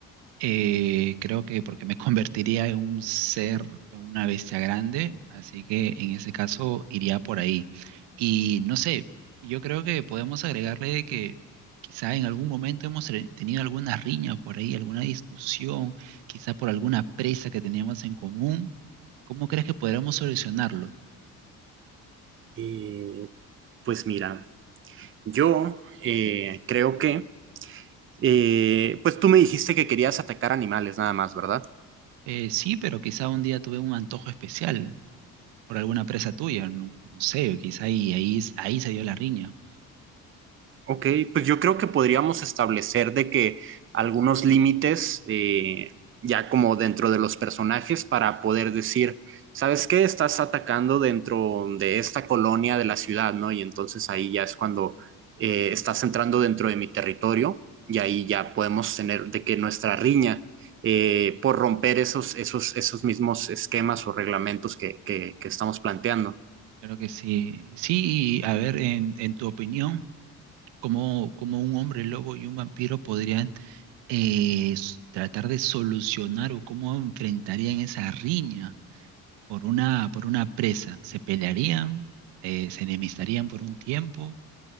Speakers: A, on the right; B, on the right.
A: Eh, creo que porque me <laughs> convertiría en un ser, en una bestia grande, así que en ese caso iría por ahí. Y no sé, yo creo que podemos agregarle de que quizá en algún momento hemos tre- tenido alguna riña por ahí, alguna discusión, quizá por alguna presa que teníamos en común. ¿Cómo crees que podremos solucionarlo?
B: Eh, pues mira, yo eh, creo que, eh, pues tú me dijiste que querías atacar animales nada más, ¿verdad?
A: Eh, sí, pero quizá un día tuve un antojo especial por alguna presa tuya, no, no sé, quizá ahí, ahí, ahí se dio la riña.
B: Ok, pues yo creo que podríamos establecer de que algunos límites, eh, ya como dentro de los personajes, para poder decir, ¿sabes qué? Estás atacando dentro de esta colonia de la ciudad, ¿no? Y entonces ahí ya es cuando eh, estás entrando dentro de mi territorio y ahí ya podemos tener de que nuestra riña, eh, por romper esos, esos, esos mismos esquemas o reglamentos que, que, que estamos planteando.
A: Claro que sí. Sí, y a ver, en, en tu opinión, ¿cómo, cómo un hombre lobo y un vampiro podrían eh, s- tratar de solucionar o cómo enfrentarían esa riña por una, por una presa? ¿Se pelearían? Eh, ¿se enemistarían por un tiempo?